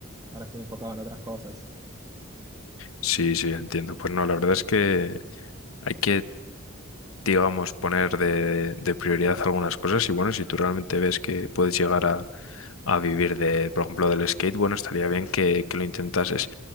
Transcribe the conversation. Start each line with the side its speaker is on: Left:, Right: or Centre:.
Right: Ahora estoy enfocado en otras cosas.
Left: sí, sí, entiendo. Pues no, la verdad es que hay que digamos, poner de, de prioridad algunas cosas y bueno, si tú realmente ves que puedes llegar a, a vivir de, por ejemplo, del skate, bueno, estaría bien que, que lo intentases,